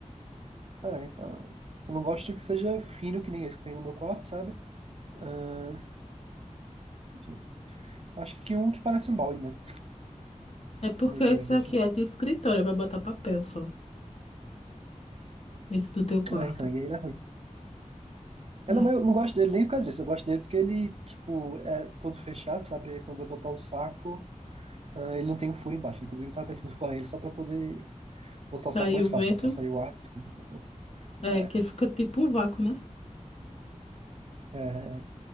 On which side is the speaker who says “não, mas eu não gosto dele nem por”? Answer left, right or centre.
Right